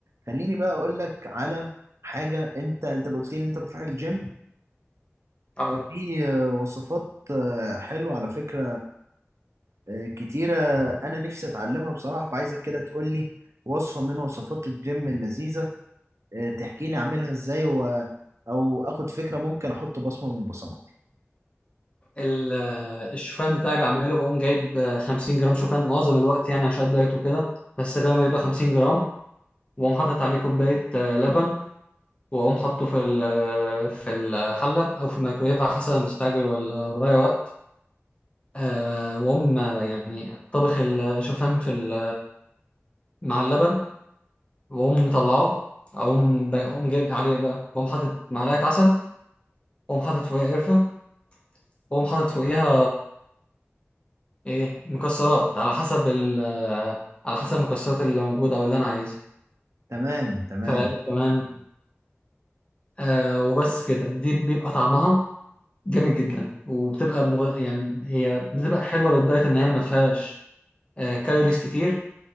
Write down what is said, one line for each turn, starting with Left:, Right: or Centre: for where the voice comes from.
Right: خليني بقى أقول لك على حاجة أنت أنت قلت لي إن أنت بتروح الجيم
Left: اه
Right: ففي آه، وصفات آه، حلوة على فكرة آه، كتيرة أنا نفسي أتعلمها بصراحة فعايزك كده تقول لي وصفة من وصفات الجيم اللذيذة آه، تحكي لي أعملها إزاي و... أو آخد فكرة ممكن أحط بصمة من بصماتي
Left: ال- آه، الشوفان بتاعي بعمله بقوم جايب آه، 50 جرام شوفان معظم الوقت يعني عشان الدايت وكده بس غالبا بيبقى 50 جرام وأقوم حاطط عليه كوباية آه، لبن واقوم حاطه في ال- في الحله او في الميكرويف على حسب أنا مستعجل ولا ورايا وقت آه، واقوم يعني طبخ الشوفان في ال- مع اللبن واقوم مطلعه اقوم بي- اقوم جايب عليه بقى واقوم حاطط معلقه عسل واقوم حاطط فوقيها قرفه واقوم حاطط فوقيها ايه مكسرات على حسب ال على حسب المكسرات اللي موجوده او اللي انا عايزها
Right: تمام تمام
Left: فكمان آه وبس كده دي بيبقى طعمها جامد جدا وبتبقى مغ... يعني هي بتبقى حلوه للدايت ان هي ما فيهاش آه، كالوريز كتير